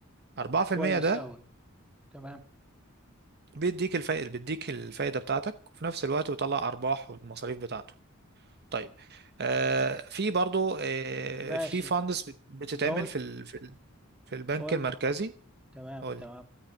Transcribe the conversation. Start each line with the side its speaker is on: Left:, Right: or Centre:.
Right: 4%
Centre: كويس
Right: ده
Centre: اوي تمام
Right: بيديك الفائدة بيديك الفائدة بتاعتك وفي نفس الوقت بيطلع أرباح والمصاريف بتاعته طيب آه في برضو آه
Centre: ماشي
Right: في فاندس بتتعمل
Centre: بقول
Right: في ال في, ال في البنك
Centre: بقول
Right: المركزي
Centre: تمام
Right: قولي
Centre: تمام